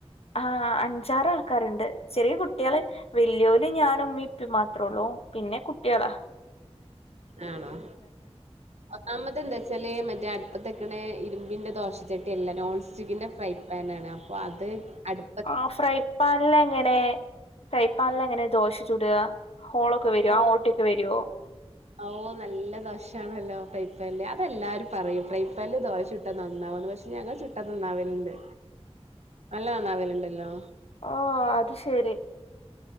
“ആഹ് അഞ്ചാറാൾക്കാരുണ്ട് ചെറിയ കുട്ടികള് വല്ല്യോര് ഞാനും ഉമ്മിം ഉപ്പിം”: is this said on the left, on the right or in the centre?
Left